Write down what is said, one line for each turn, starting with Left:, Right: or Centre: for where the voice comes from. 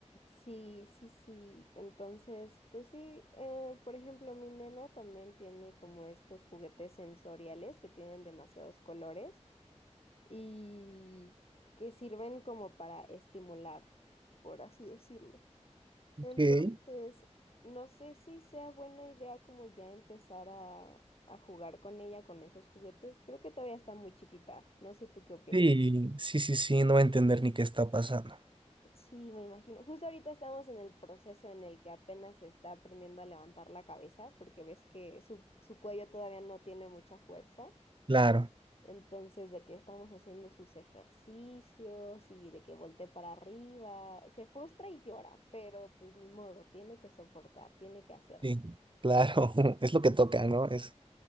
Left: Sí, sí, sí. Entonces, pues sí, eh, por ejemplo, mi nena también tiene como estos juguetes sensoriales que tienen demasiados colores y que sirven como para estimular, por así decirlo.
Right: Ok.
Left: Entonces, no sé si sea buena idea como ya empezar a, a jugar con ella, con esos juguetes. Creo que todavía está muy chiquita. No sé tú qué opinas.
Right: Sí, sí, sí, sí, no va a entender ni qué está pasando.
Left: Sí, me imagino. Justo ahorita estamos en el proceso en el que apenas se está aprendiendo a levantar la cabeza, porque ves que su, su cuello todavía no tiene mucha fuerza.
Right: Claro,
Left: Entonces, de que estamos haciendo sus ejercicios y de que voltee para arriba, se frustra y llora, pero pues ni modo, tiene que soportar, tiene que hacerlo.
Right: sí, claro, <laughs> es lo que toca, ¿no? Es